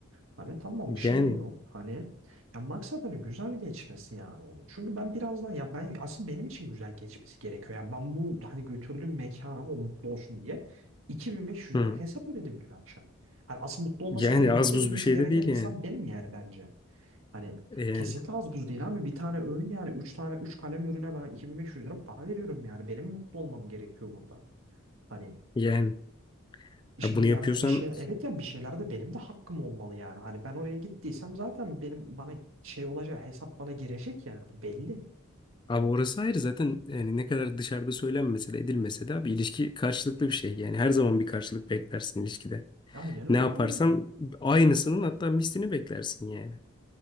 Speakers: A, on the right; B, on the left.
A: Hani tamam
B: Yani
A: bir şey yok. Hani ya maksat hani güzel geçmesi yani onun. Çünkü ben birazdan ya ben asıl benim için güzel geçmesi gerekiyor. Ya ben bu hani götürdüğüm mekana o mutlu olsun diye 2500
B: hı. hı.
A: lira hesap ödedim dün akşam. Hani asıl mutlu olması
B: Yani
A: gereken,
B: az
A: mutlu
B: buz
A: edilmesi
B: bir şey
A: gereken
B: de değil
A: insan
B: yani.
A: benim yani bence. Hani
B: E Yani
A: kesinlikle az buz değil abi. Bir tane öğün yani. Üç tane üç kalem ürüne ben 2500 lira para veriyorum yani. Benim mutlu olmam gerekiyor burada. Hani
B: yani
A: şimdi
B: Ya bunu yapıyorsan
A: yani bir şey evet yani bir şeylerde benim de hakkım olmalı yani. Hani ben oraya gittiysem zaten benim bana şey olacak hesap bana girecek yani bu belli.
B: abi orası ayrı zaten yani ne kadar dışarıda söylenmese de edilmese de abi ilişki karşılıklı bir şey. Yani her zaman bir karşılık beklersin ilişkide.
A: Aynen öyle
B: Ne yaparsan
A: abi yani.
B: aynısının hatta mislini beklersin yani.